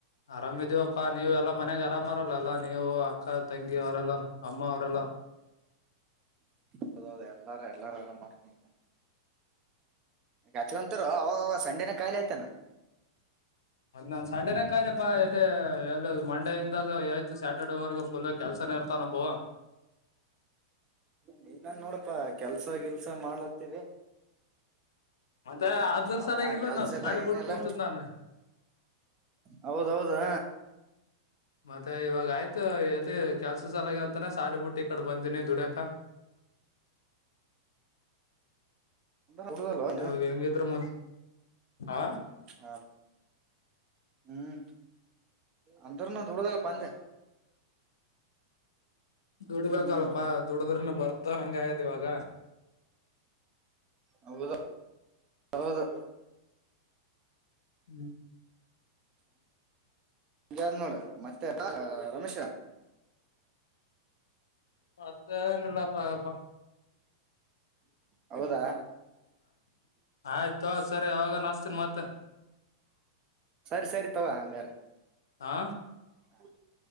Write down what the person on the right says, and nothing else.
ಹೌದೌದ ಎಲ್ಲಾರು ಎಲ್ಲಾರು ಆರಾಮ್ ಅವ್ರು ಗಚವಂತರು ಅವ ಸಂಡೆನ ಕಾಯಿ ಆಯ್ತಾನ
ನೀನ್ ನೋಡಪಾ ಕೆಲ್ಸ ಗಿಲ್ಸ ಮಾಡತ್ತೇವಿ
ಹ
ಕೆಲಸ
ಎನೀಲ್ಲಾ
ಹೌದೌದಾ
ದುಡ್ದಲ್ವ ಏನ
ಹ ಹ್ಮ್ ಅಂದ್ರನು ದುಡದಲ್ಲಪ್ ಅಂದೆ
ಹ್ಮ್ ಹ್ಮ್
ಹೌದು ಹೌದು
ಯಾರ ನೋಡ ಮತ್ತೆ ಆ ರಮೇಶ
ಹೌದಾ
ಸರಿ ಸರಿ ತಗೋ ಹಂಗಾರ
ಹ